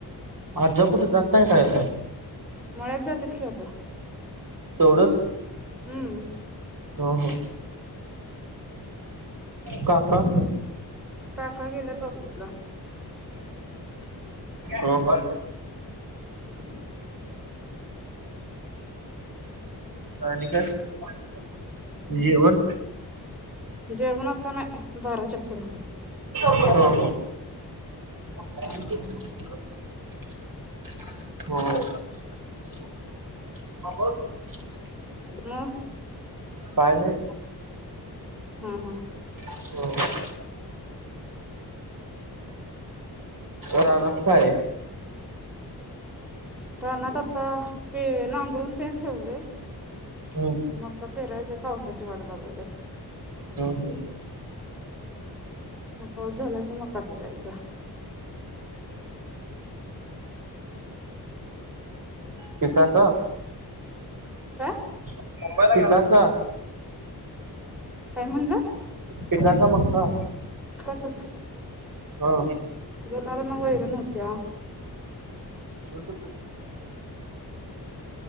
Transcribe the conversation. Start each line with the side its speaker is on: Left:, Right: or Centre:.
Right: आजा कुठ जात नाय काय आता
Centre: मळ्यात जात्यात की आता
Right: तेवढंच
Centre: हं
Right: हो हो काका
Centre: काका गेल्यात ऑफिसला
Right: हो का
Centre: <inaudible>
Right: आणि काय जेवण
Centre: जेवण आत्ता नाय बाराच्या पुढ
Right: हो <inaudible> हो <inaudible>
Centre: म
Right: काय नाही
Centre: हा हा
Right: हो <inaudible> रानात होय
Centre: रानात आता ते <unintelligible> ठेवलंय
Right: हम्म
Centre: मग आता पेरायचं पावसाची वाट बघल्यात
Right: हम्म हम्म
Centre: ह पाऊस झाला कि मका पेरायचा
Right: पिकाचं
Centre: काय
Right: मुंबई ला गेलासा
Centre: काय म्हणला?
Right: पिकाचा मागचा
Centre: <unintelligible>
Right: हा
Centre: जनावरांना वैरण होत्या
Right: <inaudible>